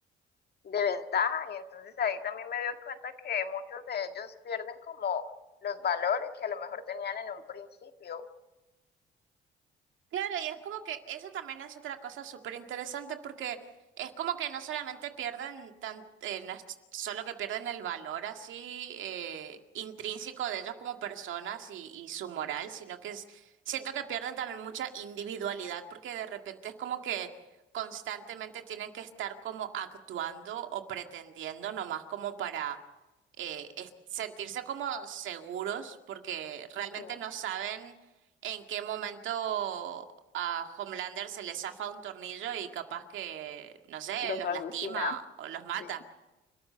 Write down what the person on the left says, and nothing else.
de ventaja. Y entonces ahí también me doy cuenta que muchos de ellos pierden como los valores que a lo mejor tenían en un principio.
Mm,
los
asesina.
Sí.